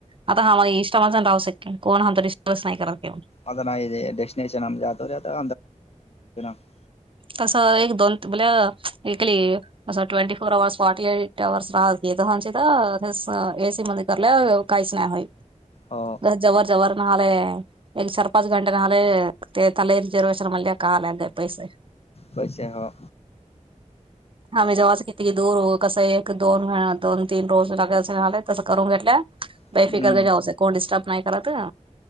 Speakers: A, on the right; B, on the left.
A: आता हा मा इष्टामाण राहू शके, कोण हा आता विश्वास नाही करते.
B: आता नाहीे डेस्टनेशन आम जातोरे आता <unintelligible>
A: तसं एक दोन तबली एकली. असं twenty four hours forty eight hours <unintelligible> तर एसी मध्ये कराल्या. काहीच नाही होय.
B: हो.
A: जवर जवर महागले. एक चार पाच घंटे नले ते, तला रिजर्वेशन म काला का पैसे.
B: पैसे ह.
A: हा्, जेव्हाच किती दूर कसं, एक दोन दोन तीन रोज लागे अस झाले तसं करून घेतल्या.
B: हम्म
A: बेफिकर क जाऊचं, कोण डिस्टर्ब नाही करत.